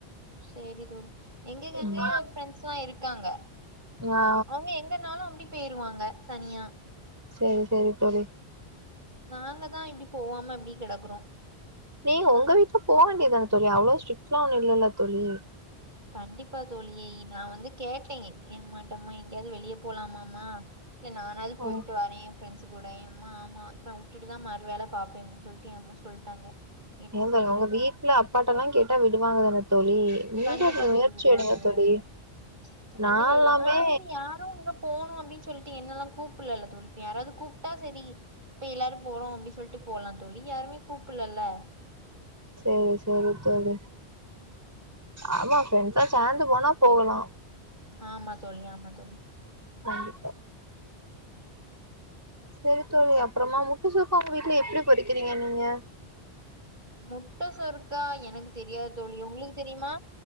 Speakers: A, on the right (about 45°); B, on the right (about 15°).
A: சேரி தோழி எங்க கேங்லயே
B: ம்
A: ஒரு ஃப்ரெண்ட்ஸ்லா இருக்காங்க
B: ஆ
A: அவுங்க எங்கனாலு அப்டி போயிருவாங்க தனியா
B: சேரி சேரி தோழி
A: நாங்கதா இப்டி போவாம இப்டி கெடக்குறோ
B: நீங்க உங்க வீட்ல போ வேண்டியதான தோழி அவ்ளோ ஸ்ட்ரிட்லா ஒன்னு இல்லல்ல தோழி
A: கண்டிப்பா தோழி நா வந்து கேட்டே எமாட்டமா எங்கயாது வெளிய போலாமாமா செர் நானாவது
B: ஆ
A: போயிட்டு வரே ஃப்ரெண்ட்ஸ்ஸு கூட யம்மா ஆமா இப்ப உட்டுட்டு தா மறு வேல பாப்பே அப்டின் சொல்ட்டு ஏ அம்மா சொல்ட்டாங்க என்ன
B: ஏதங்கோ
A: சொல்றது
B: உங்க வீட்ல
A: தோழி?
B: அப்பாட்டல்லா கேட்டா விடுவாங்க தான தோழி நீங்க
A: கண்டிப்பா
B: முயற்சி
A: தோழி விடுவாங்க
B: எடுங்க
A: விடுவாங்க
B: தோழி
A: கண்டிப்பா
B: நால்லாமே
A: விடுவாங்க அனா வந்து யாரு உங்க போனு அப்டின் சொல்ட்டு என்னல்லா கூப்பல்லல தோழி இப்ப யாராவது கூப்ட்டா செரி இப்ப எல்லாரு போறோ அப்டி சொல்ட்டு போலா தோழி யாருமே கூப்பல்லல
B: சேரி சேரி தோழி ஆமா ஃப்ரெண்ட்ஸா சேந்து போனா போகலா
A: ஆமா தோழி ஆமா தோழி
B: கண்டிப்பா செரித்தோழி அப்பறமா முட்டசொரக்கா உங்க வீட்ல எப்டி படிக்கிறீங்க நீங்க
A: முட்ட சொரக்கா எனக்கு தெரியாது தோழி உங்களுக்கு தெரியுமா